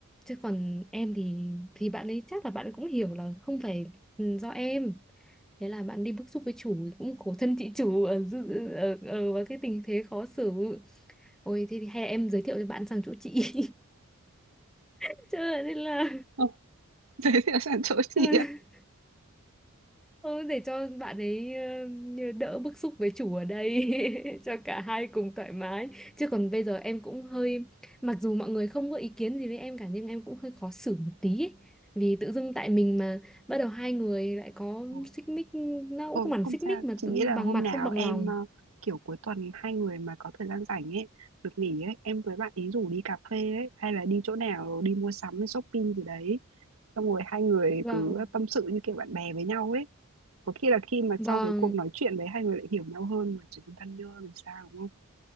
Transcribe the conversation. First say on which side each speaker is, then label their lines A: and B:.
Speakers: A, in the centre; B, on the right.
A: Chứ còn em thì thì bạn ấy chắc là bạn cũng hiểu là không phải ừ, do em. thế là bạn đi bức xúc với chủ cũng khổ thân chị chủ ở dự- ở, ở vào cái tình thế khó xử ôi thế thì hay là em giới thiệu cho bạn sang chỗ chị <laughs> chứ là- nên là
B: Ồ, <laughs> thế thì sẵn chỗ chị
A: <laughs> Thôi để cho bạn ấy ờ, đỡ bức xúc với chủ ở đây <laughs> cho cả hai cùng thoải mái chứ còn bây giờ em cũng hơi mặc dù mọi người không có ý kiến gì với em cả nhưng em cũng hơi khó xử một tí ấy. Vì tự dưng tại mình mà bắt đầu hai người lại có
B: Ờ,
A: xích mích nó cũng
B: Thôi
A: không hẳn
B: không
A: xích
B: sao,
A: mích mà
B: chị
A: tự,
B: nghĩ là
A: bằng
B: hôm
A: mặt
B: nào
A: không bằng
B: em
A: lòng
B: ờ, kiểu cuối tuần hai người mà có thời gian rảnh ấy, được nghỉ ấy, em với bạn ý rủ đi cà phê ấy, hay là đi chỗ nào đi mua sắm, shopping gì đấy. Xong rồi hai người
A: vâng
B: cứ tâm sự như kiểu bạn bè với nhau ấy. Có khi là khi mà
A: vâng
B: sau cái cuộc nói chuyện đấy hai người lại hiểu nhau hơn mà trở thành thân nhau thì sao đúng không?